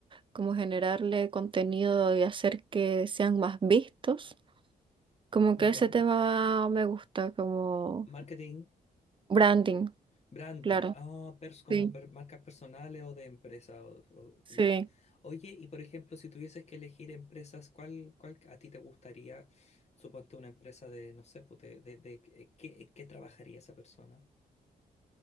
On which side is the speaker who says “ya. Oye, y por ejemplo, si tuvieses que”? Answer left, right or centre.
Left